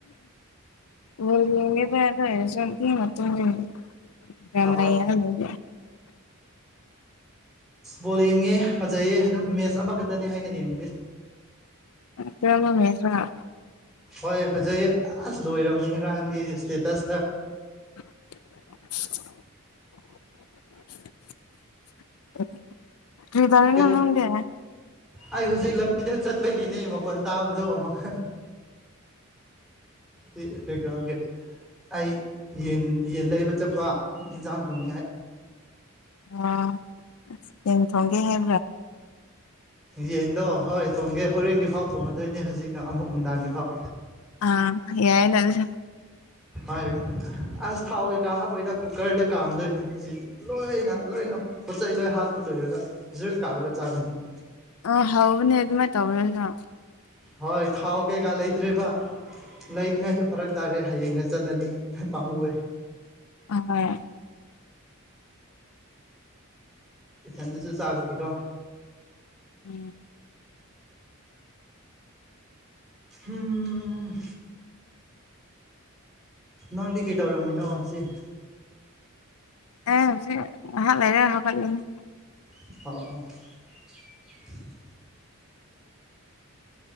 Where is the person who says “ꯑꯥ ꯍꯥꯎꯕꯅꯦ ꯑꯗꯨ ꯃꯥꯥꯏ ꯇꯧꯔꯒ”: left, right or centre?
Left